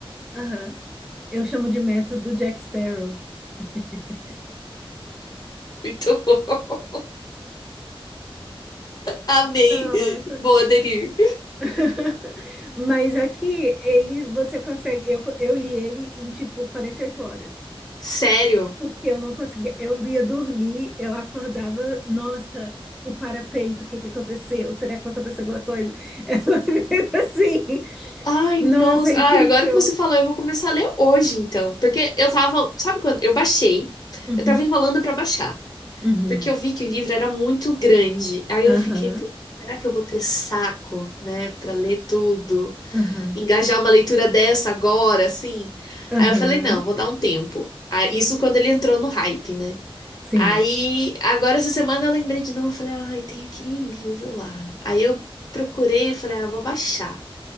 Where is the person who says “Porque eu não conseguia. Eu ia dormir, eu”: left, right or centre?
Centre